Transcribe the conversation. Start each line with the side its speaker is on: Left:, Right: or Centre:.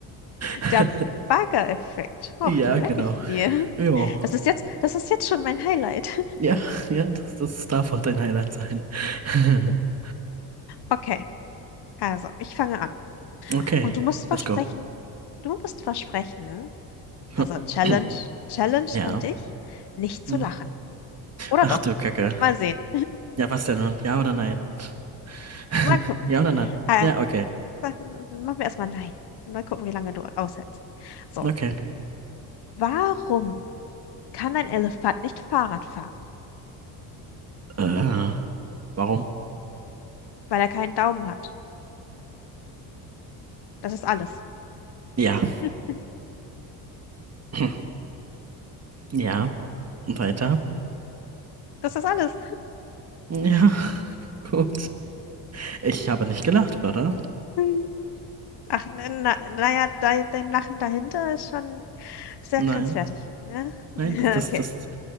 Right: <laughs>
Left: Der Bagger-Effekt. Och,
Right: Ja,
Left: den merke
Right: genau.
Left: ich mir.
Right: Ja.
Left: Das ist jetzt, das ist jetzt schon mein Highlight. <laughs>
Right: Ja, <laughs> ja, das, das darf auch dein Highlight sein. <laughs>
Left: Okay, also ich fange an.
Right: Okay,
Left: Und du musst versprechen,
Right: let's go.
Left: du musst versprechen,
Right: <clears throat>
Left: Also Challenge, Challenge
Right: Ja.
Left: an dich, nicht zu
Right: Hm.
Left: lachen. Oder
Right: Ach
Left: doch?
Right: du Kacke.
Left: Mal sehen.
Right: Ja, was denn nun? Ja oder nein?
Left: <laughs>
Right: <laughs>
Left: Mal gucken.
Right: Ja oder nein?
Left: Äh,
Right: Ja, okay.
Left: ma- machen wir erstmal nein. Mal gucken, wie lange du aushältst. So,
Right: Okay.
Left: warum kann ein Elefant nicht Fahrrad fahren?
Right: Äh, warum?
Left: Weil er keinen Daumen hat. Das ist alles.
Right: Ja.
Left: Hm,
Right: <clears throat> Ja. Weiter.
Left: das ist alles.
Right: Ja. <laughs> Gut. Ich habe nicht gelacht, oder?
Left: Hm. Ach, n- na, naja, de, dein Lachen dahinter ist schon sehr
Right: Nein.
Left: grenzwertig, ne? <laughs>
Right: Nein, das, das,
Left: Okay.
Right: das.